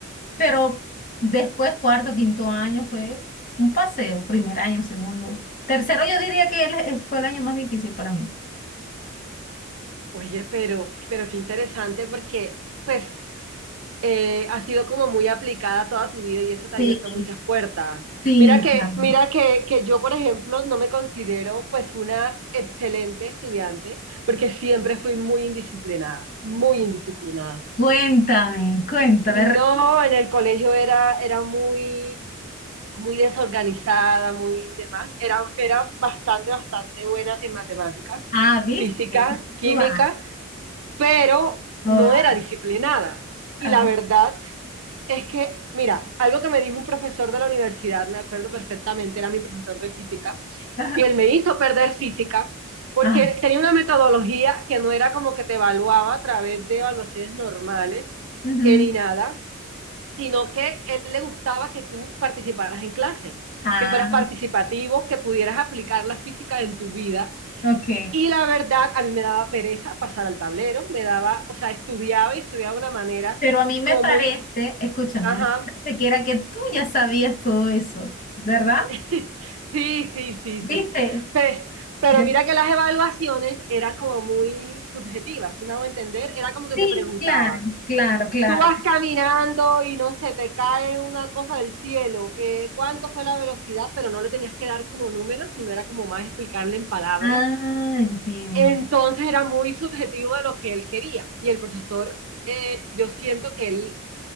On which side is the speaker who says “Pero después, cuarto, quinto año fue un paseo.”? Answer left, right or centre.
Left